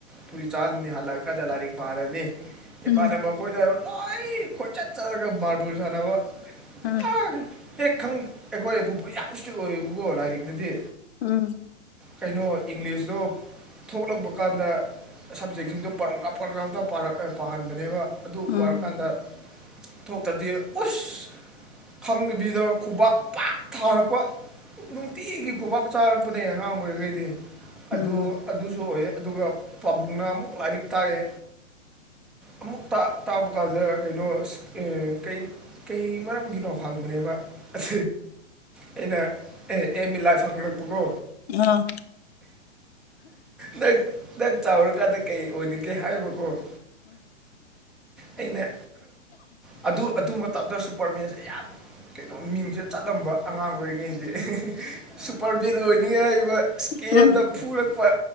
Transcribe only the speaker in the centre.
ꯄꯨꯨꯔꯤ ꯆꯜ ꯅꯤꯡꯅꯤꯍꯂꯒ ꯖꯂꯥꯔꯤ ꯃꯥꯥꯔꯅꯦꯕꯥꯅ
ꯑꯩꯈꯣꯏꯗ ꯍꯥꯏꯕ ꯂꯥꯏ ꯈꯣꯏꯆꯠ ꯆꯠꯂꯒ ꯃꯥꯕꯨꯜ ꯁꯥꯟꯅꯕ
ꯑ ꯍꯦꯛ ꯈꯪ ꯑꯩꯈꯣꯏ ꯄꯨꯄꯨ ꯌꯥꯝ ꯏꯁꯇ꯭ꯔꯤꯛ ꯑꯣꯏꯌꯦꯕꯀꯣ ꯂꯥꯏꯔꯤꯛꯇꯗꯤ꯫
ꯀꯩꯅꯣ ꯏꯪꯂꯤꯁꯇꯣ ꯊꯣꯛꯂꯛꯄ ꯀꯥꯟꯗ ꯁꯞꯖꯦꯛꯁꯤꯡꯗꯣ ꯄꯔꯒ꯭ꯔꯥ ꯄꯔꯒ꯭ꯔꯥꯝꯇ ꯄꯥꯍꯟꯕꯅꯦꯕ ꯑꯗꯨ
ꯄꯥꯔꯀꯥꯟꯗ ꯊꯣꯛꯇꯗꯤ ꯎꯁ ꯈꯪꯕꯤꯗ ꯈꯨꯕꯥꯛ ꯄꯥꯛ ꯊꯥꯔꯛꯄ꯫ ꯅꯨꯡꯇꯤꯒꯤ ꯈꯨꯕꯥꯛ ꯆꯥꯔꯛꯄꯅꯦ ꯑꯉꯥꯡ ꯑꯣꯏꯔꯤꯈꯩꯗꯤ
ꯑꯗꯨ ꯑꯗꯨꯁꯨ ꯑꯣꯏ ꯑꯗꯨꯒ꯫ ꯄꯥꯕꯨꯡꯅ ꯑꯃꯨꯛ ꯂꯥꯏꯔꯤꯛ ꯇꯥꯛꯑꯦ꯫ ꯑꯃꯨꯛ ꯇꯥꯛꯕ ꯀꯥꯟꯗ ꯀꯩꯅꯣ ꯀꯩ꯫ ꯀꯩ ꯃꯔꯝꯒꯤꯅꯣ ꯍꯪꯕꯅꯦꯕ <unintelligible> ꯑꯩꯅ ꯑꯦ ꯑꯦꯝ ꯑꯦ ꯂꯥꯏ ꯐꯪꯂꯛꯄꯀꯣ
ꯅꯪ ꯅꯪ ꯆꯥꯎꯔꯛ ꯀꯥꯗ ꯀꯩ ꯑꯣꯏꯅꯤꯡꯒꯦ ꯍꯥꯏꯔꯤꯕꯀꯣ ꯑꯩꯅ ꯑꯗꯨ ꯑꯗꯨ ꯃꯇꯝꯗ ꯁꯨꯄꯔꯃꯦꯟꯁꯦ ꯌꯥꯝ ꯀꯩꯅꯣ ꯃꯤꯡꯁꯦ ꯆꯠꯂꯝꯕ꯫ ꯑꯉꯥꯡ ꯑꯣꯏꯔꯤꯉꯩꯗꯤ ꯁꯨꯄꯔꯕꯤꯠ ꯑꯣꯏꯅꯤꯡꯉꯩ <unintelligible> ꯍꯥꯏꯕ ꯏꯁꯀꯦꯜꯗ
ꯐꯨꯔꯛꯄ